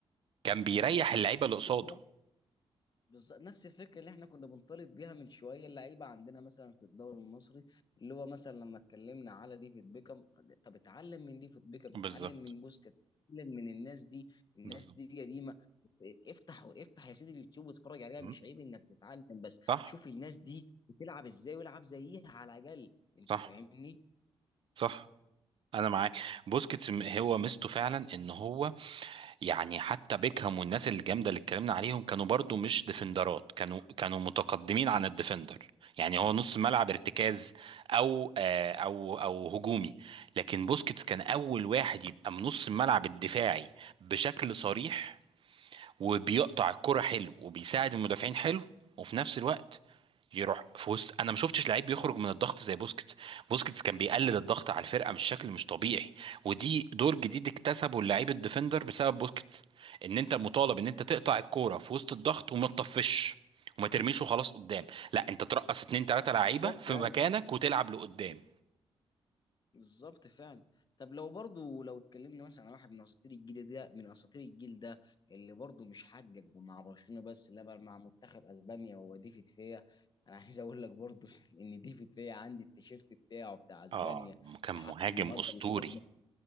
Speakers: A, on the right; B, on the left.
A: كان بيريح
B: نفس
A: اللعيبه اللي
B: الفكره
A: قصاده
B: بالظبط نفس الفكره اللي احنا كنا بنطالب بيها من شويه اللعيبه عندنا مثلا في الدوري المصري اللي هو مثلا لما اتكلمنا على ديفيد بيكم طب اتعلم من ديفيد بيكم
A: بالظبط
B: اتعلم من بوسكيت اتعلم من الناس دي الناس
A: بالظبط
B: دي قديمه افتح افتح يا سيدي اليوتيوب واتفرج عليها
A: مم.
B: مش عيب انك تتعلم بس
A: صح
B: شوف الناس دي بتلعب ازاي والعب زيها على الاقل انت
A: صح
B: فاهمني؟
A: صح انا معاك بوسكيتس م- هو ميزته فعلا ان هو يعني حتى بيكهام والناس الجامده اللي اتكلمنا عليهم كانوا برضو مش ديفندرات كانوا كانوا متقدمين عن الديفندر يعني هو نص ملعب ارتكاز او آه، او او هجومي لكن بوسكيتس كان اول واحد يبقى من نص الملعب الدفاعي بشكل صريح وبيقطع الكرة حلو وبيساعد المدافعين حلو وفي نفس الوقت يروح في وسط انا ما شفتش لعيب بيخرج من الضغط زي بوسكيتس بوسكيتس كان بيقلل الضغط على الفرقه مش شكل مش طبيعي ودي دور جديد اكتسبه اللعيب الديفندر بسبب بوسكيتس ان انت مطالب ان انت تقطع الكوره في وسط الضغط وما تطفش وما ترميش وخلاص قدام لا انت ترقص اتنين تلاته لعيبه
B: بالظبط
A: في
B: أيوه.
A: مكانك وتلعب لقدام
B: بالظبط فعلا طب لو برضو لو اتكلمنا مثلا على واحد من اساطير الجيل ده من اساطير الجيل ده اللي برضو مش حقق مع برشلونه بس لا بل مع منتخب اسبانيا وهو ديفيد فيا انا عايز اقول لك برضو <laughs> ان ديفيد فيا عندي التيشيرت بتاعه بتاع اسبانيا
A: اه كان
B: لحد
A: مهاجم
B: النهارده
A: اسطوري
B: اللي حقق